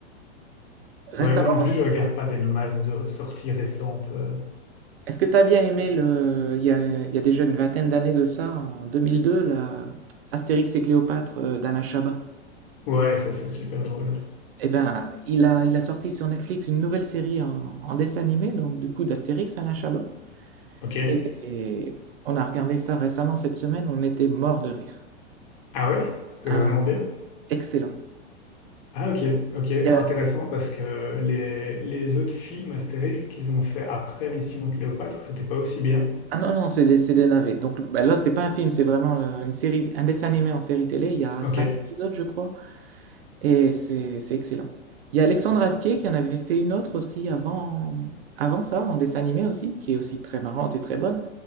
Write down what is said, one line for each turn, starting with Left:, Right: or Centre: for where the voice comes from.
Right: Récemment,
Left: Ouais, moi non plus, je regarde pas des masses de sorties récentes. euh.
Right: est-ce que t'as bien aimé le, il y a, il y a déjà une vingtaine d'années de ça, en 2002, la Astérix et Cléopâtre euh, d'Alain Chabat?
Left: Ouais, ça c'est super drôle. ouais.
Right: Eh ben, il a, il a sorti sur Netflix une nouvelle série en, en dessin animé, donc du coup d'Astérix Alain Chabat.
Left: Ok.
Right: Et, et on a regardé ça récemment cette semaine, on était mort de rire.
Left: Ah ouais? C'était
Right: Ah,
Left: vraiment bien?
Right: excellent.
Left: Ah ok, ok,
Right: Il y
Left: intéressant
Right: a-
Left: parce que les, les autres films Astérix qu'ils ont fait après Mission Cléopâtre, c'était pas aussi bien.
Right: Ah non, non, c'est des, c'est des navets. Donc bah là, c'est pas un film, c'est vraiment euh, une série, un dessin animé en série télé. Il y a
Left: Ok,
Right: cinq épisodes, je crois, et c'est c'est excellent. Il y a Alexandre Astier qui en avait fait une autre aussi avant, avant ça, en dessin animé aussi, qui est aussi très marrante et très bonne.